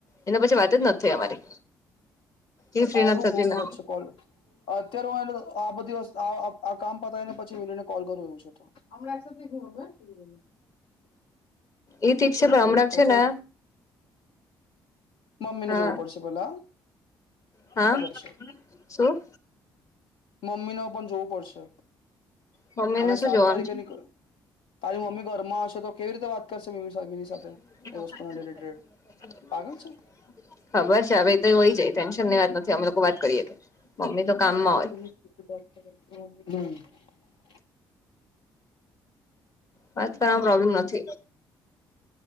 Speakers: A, on the left; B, on the left.
A: એના પછી વાત જ નથી થ અમારી. એ ફ્રી
B: હારું
A: નથી થતી
B: ઓને
A: ને
B: વધચુ કોલ અત્યારે હું આ બધી વસ્તુ આ આ આ કામ પતાને પછી વિની ને કોલ કરુ હમણાં સૂતી હશે
A: એ ઠીક છે પણ હમણાં
B: એક
A: છે
B: થઈ
A: ને
B: મમ્મીને
A: હા
B: જોવું પડશે પેલા
A: હા
B: ખબર છે
A: શું?
B: મમ્મીને પણ જોવું પડશે
A: મમ્મી ને
B: અને
A: શું
B: સાત
A: જોવાનું
B: તારીખે
A: છે
B: નીકળીએ તારી મમ્મી ઘરમાં હશે તો કેવી રીતે વાત કરશે મમ્મીની સાથે
A: <inaudible>
B: એ વસ્તુના રિલેટેડ પાગલ છે
A: ખબર છે હવે તોય હોય જાય ટેન્શન ની વાત નથી અમે લોકો વાત કરીએ મમ્મી તો કામમાં
B: <inaudible>
A: હોય વાત કરવાવામાં પ્રોબ્લમ નથી.